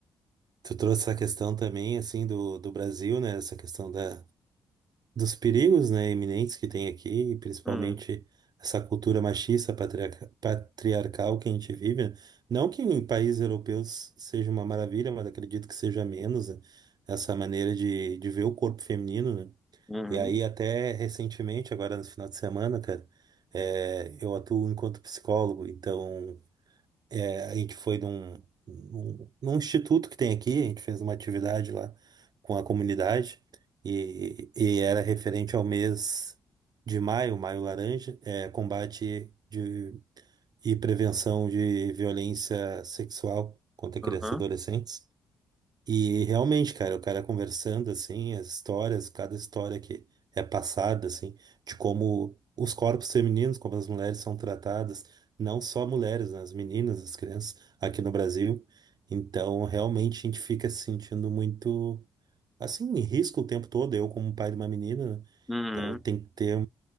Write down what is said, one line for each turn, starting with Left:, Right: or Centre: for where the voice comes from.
Right: Tu trouxe essa questão também, assim, do, do Brasil, né? Essa questão da, dos perigos, né, iminentes que tem aqui, e principalmente
Centre: Hum,
Right: essa cultura machista, patriarca- patriarcal que a gente vive. né? Não que em países europeus seja uma maravilha, mas acredito que seja menos, né? Essa maneira de, de ver o corpo feminino, né?
Centre: uhum,
Right: E aí, até recentemente, agora no final de semana, cara, é, eu atuo enquanto psicólogo, então. É, A gente foi num, num, num instituto que tem aqui, a gente fez uma atividade lá com a comunidade e, e era referente ao mês de maio, Maio Laranja, é, combate de, e prevenção de violência sexual contra crianças
Centre: aham,
Right: e adolescentes. E realmente, cara, o cara conversando assim, as histórias, cada história que é passada, assim, de como os corpos femininos, como as mulheres são tratadas, não só mulheres, né, as meninas, as crianças aqui no Brasil. Então, realmente a gente fica se sentindo muito assim, em risco o tempo todo, eu como pai de uma menina, né?
Centre: uhum,
Right: Então tem que ter,